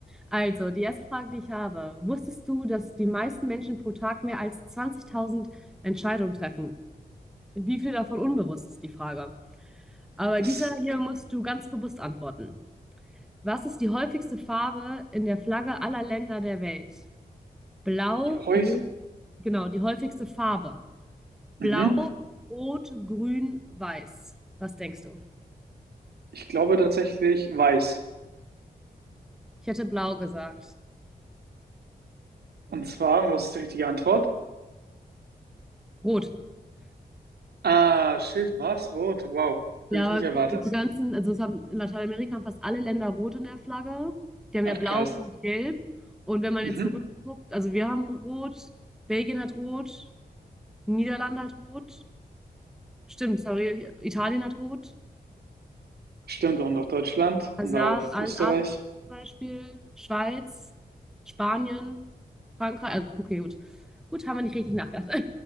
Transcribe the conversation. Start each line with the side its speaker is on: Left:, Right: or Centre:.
Centre: Also, die erste Frage, die ich habe. Wusstest du, dass die meisten Menschen pro Tag mehr als 20.000 Entscheidungen treffen? Wie viel davon unbewusst ist die Frage? Aber
Right: Das
Centre: dieser hier musst du ganz bewusst antworten. Was ist die häufigste Farbe in der Flagge aller Länder der Welt? Blau,
Right: häufig,
Centre: Genau, die häufigste Farbe. Blau,
Right: mhm.
Centre: Rot, Grün, Weiß. Was denkst du?
Right: Ich glaube tatsächlich weiß.
Centre: Ich hätte blau gesagt.
Right: Und zwar, was ist die richtige Antwort?
Centre: Rot.
Right: Ah, shit, was? Rot. Wow,
Centre: Ja,
Right: hätte ich nicht erwartet.
Centre: aber die ganzen, also es haben, in Lateinamerika haben fast alle Länder rot in der Flagge. Die haben
Right: Ach,
Centre: ja blau
Right: krass.
Centre: und gelb. Und wenn man
Right: Mhm.
Centre: jetzt zurückguckt, also wir haben rot, Belgien hat rot, Niederlande hat rot. Stimmt, sorry, Italien hat rot.
Right: Stimmt, und auch Deutschland und
Centre: Asa-
Right: auch
Centre: A-
Right: Österreich.
Centre: Asien zum Beispiel, Schweiz, Spanien, Frankreich. Also, okay, gut. Gut, haben wir nicht richtig nachgedacht. <laughs>